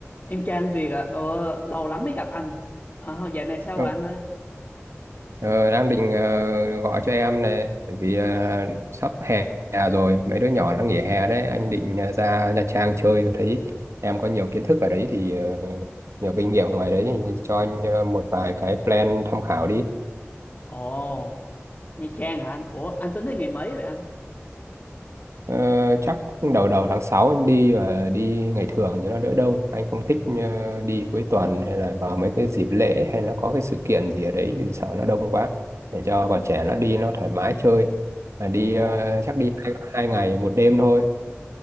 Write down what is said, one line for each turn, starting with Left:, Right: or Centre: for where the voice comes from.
Left: Em trai anh Việt à? Ờ, lâu lắm mới gặp anh. Ờ, dạo này sao
Right: Ừ.
Left: rồi anh ơi?
Right: Ờ, đang định ờ, gọi cho em này bởi vì ờ, sắp hè rồi mấy đứa nhỏ nó nghỉ hè đấy anh định ờ, ra Nha Trang chơi thấy em có nhiều kiến thức ở đấy thì ờ, nhiều kinh nghiệm ngoài đấy thì cho anh ờ, một vài cái plan tham khảo đi
Left: Ồ, Nha Trang hả anh? Ủa, anh tính đi ngày mấy vậy anh?
Right: Ờ, chắc đầu đầu tháng 6 anh đi và đi ngày thường cho nó đỡ đông. Anh không thích ờ, đi cuối tuần hay là vào mấy cái dịp lễ hay là có cái sự kiện gì ở đấy thì sợ nó đông quá. Để cho bọn trẻ nó đi nó thoải mái chơi. Mà đi
Left: Ồ,
Right: ờ, chắc đi hai, hai ngày một đêm thôi.